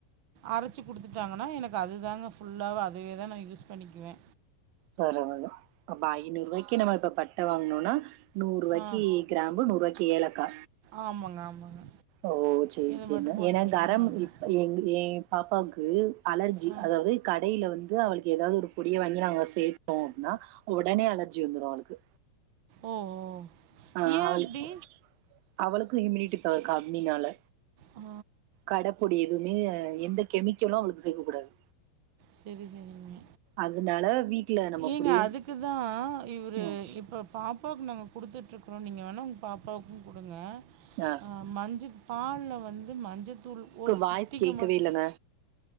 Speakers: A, on the right; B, on the right.
A: அரச்சு குடுத்துட்டாங்கனா எனக்கு அதுதாங்க ஃபுல்லாவு அதேதா நா யூஸ் பண்ணிக்குவே
B: பரவால்ல அப்ப ஐநூற் ரூவாய்க்கி நம்ம இப்ப பட்ட வாங்குனோனா நூற் ருவாய்க்கி
A: ஆ.
B: கிராம்பு நூற் ரூவாய்க்கி ஏலக்கா
A: ஆமாங்க, ஆமாங்க.
B: ஓ செரி
A: இத
B: செரிங்க
A: மட்டும் போட்டு
B: ஏனா
A: விட்டீங்கன்னா
B: கரம்
A: நல்லா
B: இப்ப எங்க ஏ பாப்பாவுக்கு அலர்ஜி
A: ஆ.
B: அதாவது கடையில வந்து அவளுக்கு எதாவது ஒரு பொடிய வாங்கி நாங்க ச மைப்போ அப்டினா ஒடனே அலர்ஜி வந்துரு அவளுக்கு
A: ஓ ஓ
B: ஆ
A: ஏன்
B: அவளுக்கு
A: அப்டி?
B: அவளுக்கு இமினிட்டிப் அவளுக் கம்மினால
A: ஆ.
B: கடப் பொடி எதுவுமே எந்தக் கெமிக்கலு அவளுக்கு சேக்க கூடாது
A: செரி செரிங்க
B: அதனால வீட்ல நம்ம
A: ஏங்க
B: பொடி
A: அதுக்கு தா இவுரு
B: ம்.
A: இப்போ பாப்பாக்கு நாங்க குடுத்துட்ருக்றோ நீங்க வேணா உங்க பாப்பாக்கு குடுங்க
B: ஆ.
A: அ மஞ்சு பால்ல வந்து மஞ்சத்தூள்
B: க்கு
A: ஒரு
B: வாய்ஸ்
A: சிட்டிக
B: கேக்கவே
A: மட்
B: இல்லங்க